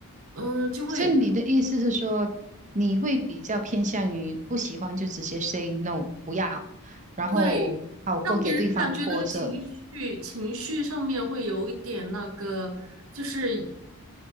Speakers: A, on the right; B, on the right.
A: 嗯，就会
B: 所以你的意思是说，你会比较偏向于不喜欢就直接 say no，不要，然后好过给对方拖着。
A: 对让别人感觉那个情绪情绪上面会有一点那个，就是